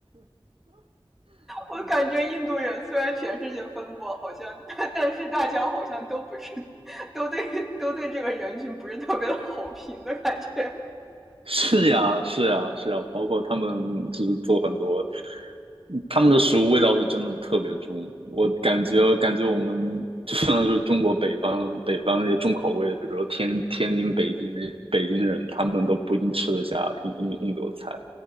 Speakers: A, in the centre; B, on the right.
A: 我感觉印度人虽然全世界分布好像，但但是大家好像都不是，都对都对这个人群不是特别的好评的感觉。
B: 是呀，是呀，是呀，包括他们就是做很多。他们的食物味道是真的特别重，我感觉感觉我们 <laughs> 就算是中国北方北方那些重口味，比如说天天津、北京那北京人，他们都不一定吃得下印印印度菜。